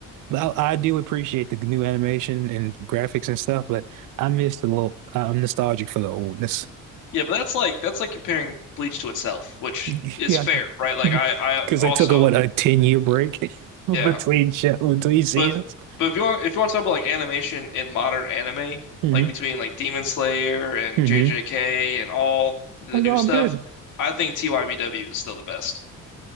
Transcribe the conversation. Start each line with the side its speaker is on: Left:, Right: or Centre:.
Right: But I, I do appreciate the new animation and graphics and stuff, but I miss the little. I'm nostalgic for the oldness.
Left: Yeah, but that's like that's like comparing Bleach to itself, which
Right: <laughs>
Left: is
Right: Yeah,
Left: fair, right? Like
Right: <laughs>
Left: I I
Right: because
Left: also
Right: they took a what a ten year break <laughs>
Left: yeah.
Right: between show, between seasons.
Left: But but if you want if you want to talk about like animation in modern anime,
Right: hmm
Left: like between like Demon Slayer and
Right: hmm
Left: JJK and all the
Right: It's
Left: new
Right: all
Left: stuff,
Right: good.
Left: I think TYBW is still the best.